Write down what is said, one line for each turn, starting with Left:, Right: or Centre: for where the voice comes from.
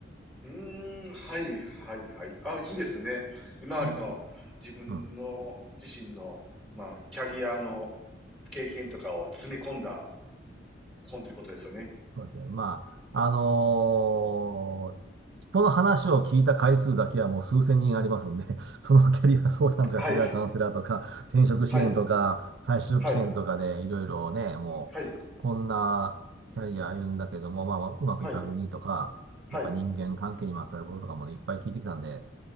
Centre: うーん、はい、はい、はい。あ、いいですね。今までの自分の自身の、
Right: うん。うん
Centre: まあ、キャリアの経験とかを詰め込んだ本ということですよね。
Right: そうですね。まあ、あのー人の話を聞いた回数だけはもう数千人ありますんで、<laughs> そのキャリア相談とかキャリアカウンセラーとか、
Centre: はい、
Right: 転職支援とか、
Centre: はい、
Right: 再就職支援とかでいろいろね、
Centre: はい、
Right: もう、
Centre: はい、
Right: こんなキャリア歩んだけども、まあ、うまくいかずにとか、
Centre: はい、はい、はい、
Right: やっぱ人間関係にまつわることとかもねいっぱい聞いてきたんで、